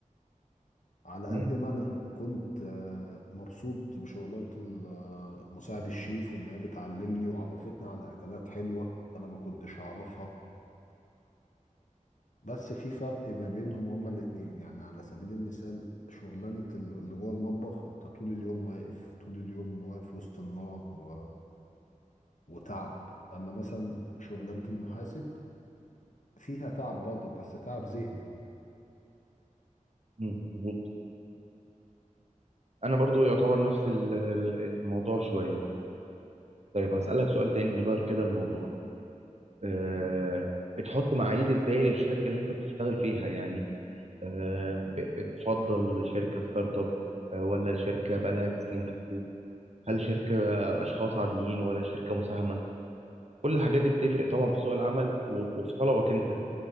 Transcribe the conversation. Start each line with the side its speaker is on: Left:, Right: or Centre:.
Left: على
Right: امم
Left: قد ما انا كنت آه، مبسوط بشغلانة ال- آه، مساعد الشيف وانها بتعلمني وعرفتني على اكلات حلوة انا ما كنتش اعرفها بس في فرق ما بينهم هما الاتنين يعني على سبيل المثال شغلانة ال- اللي جوه المطبخ انت طول اليوم واقف طول اليوم واقف وسط النار و- وتعب اما مثلا شغلانة المحاسب فيها تعب برضك بس تعب ذهني
Right: امم مظبوط انا برضو يعتبر نفس ال- ال- الموضوع شوية طيب هسألك سؤال تاني نغير كده الموضوع آه بتحط معايير ازاي للشركة اللي انت بتشتغل فيها يعني آه ب- بتفضل شركة ستارت اب آه ولا شركة بقالها سنين في السوق هل شركة اشخاص عاديين ولا شركة مساهمة كل الحاجات دي بتفرق طبعا في سوق العمل و- وفي طلبك انت